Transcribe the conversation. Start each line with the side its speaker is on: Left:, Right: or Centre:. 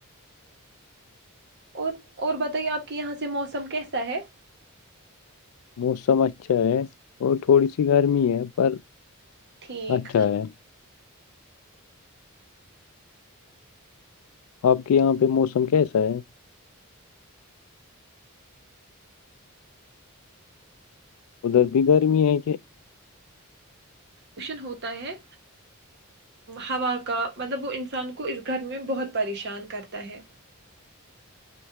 Right: اور اور بتائیے آپ کے یہاں سے موسم کیسا ہے
Left: موسم اچھا ہے اور تھوڑی سی گرمی ہے پر
Right: ٹھیک
Left: اچھا ہے آپ کے یہاں پہ موسم کیسا ہے ادھر بھی گرمی ہے کہ
Right: پشن ہوتا ہے ہوا کا مطلب وہ انسان کو اس گھر میں بہت پریشان کرتا ہے